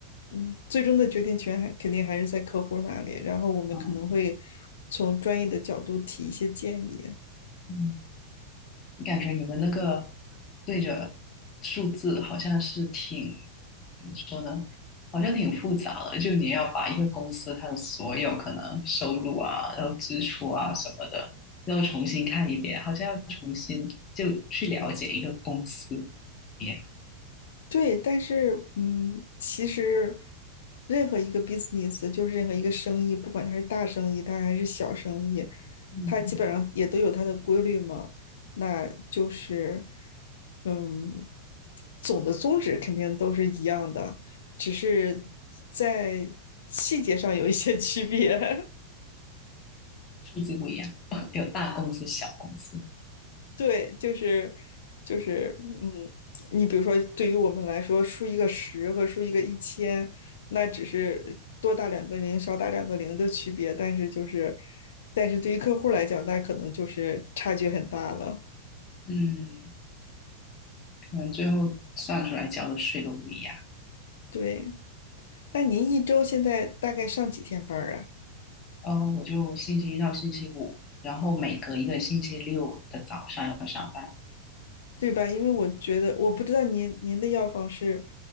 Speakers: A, on the left; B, on the left.
A: 嗯，最终的决定权还肯定还是在客户那里，然后我们可能会从专业的角度提一些建议。
B: 嗯嗯，你感觉你们那个对着数字好像是挺怎么说呢？好像挺复杂的，就你要把一个公司它的所有可能收入啊，然后支出啊什么的，要重新看一遍，好像要重新就去了解一个公司一样。
A: 对，但是，嗯，其实任何一个 business，就是任何一个生意，不管它是大生意，它还是小生意，
B: 嗯
A: 它基本上也都有它的规律嘛。那就是，嗯，总的宗旨肯定都是一样的，只是在细节上有一些区别。<laughs>
B: 数字不一样，有大公司、小公司，
A: 对，就是就是，嗯，你比如说，对于我们来说，输一个十和输一个一千，那只是多打两个零、少打两个零的区别，但是就是，但是对于客户来讲，那可能就是差距很大了。
B: 嗯，可能最后算出来交的税都不一样。
A: 对，那您一周现在大概上几天班儿啊？
B: 哦，我就星期一到星期五，然后每隔一个星期六的早上要上班。
A: 对吧？因为我觉得我不知道您您的药房是